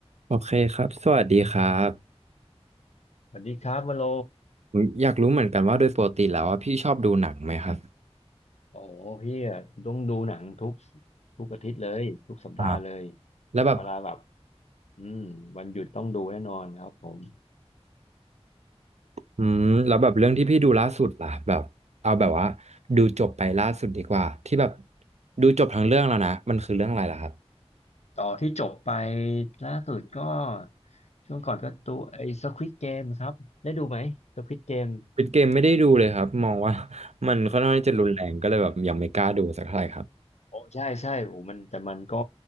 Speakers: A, on the right (about 85°); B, on the left (about 85°).
A: โอเคครับ สวัสดีครับ
B: สวัสดีครับวโล
A: ผมอยากรู้เหมือนกันว่าโดยปกติแล้วว่าพี่ชอบดูหนังไหมครับ
B: โอ้โหพี่อะต้องดูหนังทุกทุกอาทิตย์เลยทุกสัปดาห์เลย
A: อ่าแล้วแบบ
B: เวลาแบบอืมวันหยุดต้องดูแน่นอนครับผม
A: อืมแล้วแบบเรื่องที่พี่ดูล่าสุดล่ะแบบเอาแบบว่าดูจบไปล่าสุดดีกว่าที่แบบดูจบทั้งเรื่องแล้วนะมันคือเรื่องอะไรล่ะครับ
B: ต่อที่จบไปล่าสุดก็ช่วงก่อนก็ตัวไอ้ Squid Game ครับได้ดูไหม Squid Game
A: ปิดเกมไม่ได้ดูเลยครับมองว่า <laughs> มันค่อนข้างที่จะรุนแรงก็เลยแบบยังไม่กล้าดูสักเท่าไหร่ครับ
B: โอ้ใช่ใช่โอ้มันแต่มันก็